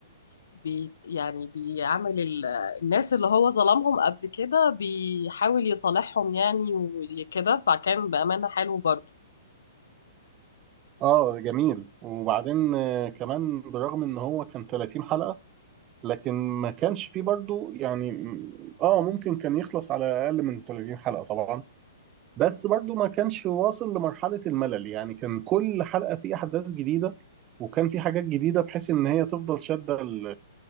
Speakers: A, on the left; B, on the right.
A: بي... يعني بيعمل ال... الناس اللي هو ظلمهم قبل كده بيحاول يصالحهم يعني وكده فكان بأمانة حلو برضه
B: اه جميل وبعدين آه، كمان بالرغم ان هو كان 30 حلقة لكن ما كانش فيه برضو يعني م- اه ممكن كان يخلص على اقل من 30 حلقة طبعا بس برضو ما كانش واصل لمرحلة الملل يعني كان كل حلقة في أحداث جديدة وكان في حاجات جديدة بحيث إن هي تفضل شادة ال-